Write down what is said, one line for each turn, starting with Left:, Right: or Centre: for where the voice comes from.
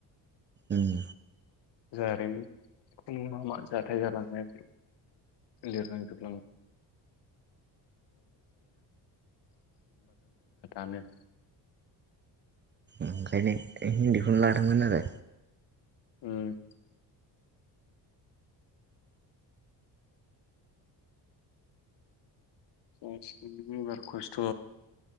Right: उम
Left: जारिमिन मा मा जाथाय जालांनाय बेफोर <unintelligible> <unintelligible> <inaudible>
Right: ओखायनो हिन्दीखौनो लादों मोन आरो।
Left: ओम। गसिबो एबार खस्थ'